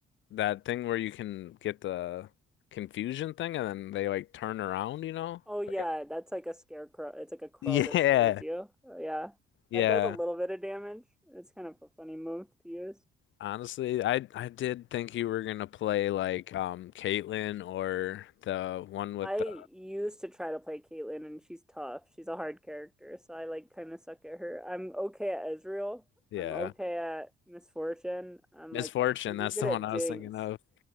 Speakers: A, on the left; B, in the centre.
A: that thing where you can get the confusion thing, and then they like turn around, you know?
B: Oh yeah,
A: Like a-
B: that's like a scarecrow. It's like a crow
A: <laughs> Yeah,
B: that scares you. Oh yeah.
A: yeah.
B: That does a little bit of damage. It's kind of a funny move to use.
A: Honestly, I I did think you were gonna play like um Caitlyn or the one with
B: I used
A: the
B: to try to play Caitlyn and she's tough. She's a hard character, so I like kind of suck at her. I'm okay at Ezreal.
A: yeah.
B: I'm okay at Misfortune. I'm
A: Misfortune,
B: like pretty
A: that's
B: good
A: the
B: at
A: one I
B: Jinx.
A: was thinking of. <laughs>